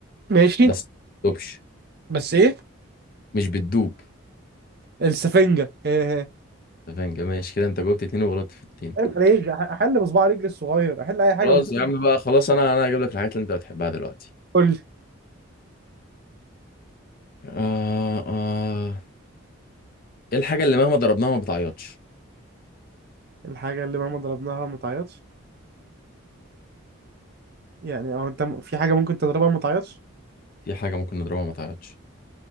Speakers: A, on the right (about 50°); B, on the left (about 45°).
A: ماشي
B: بس ما بتدوبش
A: بس ايه
B: مش بتدوب
A: السفنجة <laughs>
B: تمام ماشي كده انت جاوبت اتنين وغلطت في التاني
A: عيب عليك أح- احل بصباع رجلي الصغير احل اي حاجه
B: خلاص
A: بس
B: يا عم بقى خلاص انا انا هجيب لك الحاجات اللي انت بتحبها دلوقتي
A: قول لي
B: آه آه ايه الحاجة اللي مهما ضربناها ما بتعيطش
A: الحاجه اللي مهما ضربناها ما تعيطش يعني او انت م- في حاجه ممكن تضربها ما تعيطش
B: في حاجة ممكن نضربها ما تعيطش